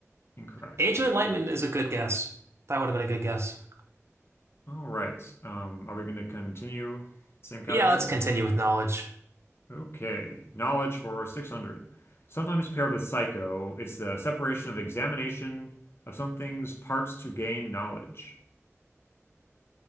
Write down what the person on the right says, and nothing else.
Age of Enlightenment is a good guess. That would have been a good guess.
Yeah, let's continue with knowledge.